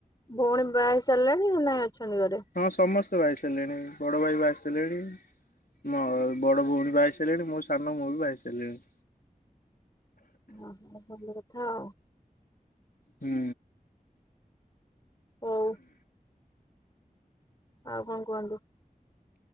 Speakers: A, on the left; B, on the left.
A: ଭଉଣୀ ବାହା ହେଇ ସାରିଲାଣି ନାଇଁ ଅଛନ୍ତି ଘରେ?
B: ହଁ ସମସ୍ତେ ବାହା ହେଇସାରିଲେଣି ବଡ଼ ଭାଇ ବାହା ହେଇସାରିଲେଣି ମ ବଡ଼ ଭଉଣୀ ବାହା ହେଇସାରିଲେଣି ମୁଁ ସାନ ମୁଁ ବି ବାହା ହେଇସାରିଲିଣି।
A: ଓହୋ ଭଲ କଥା ଆଉ।
B: ହୁଁ।
A: ହଉ। ଆଉ କଣ କୁହନ୍ତୁ।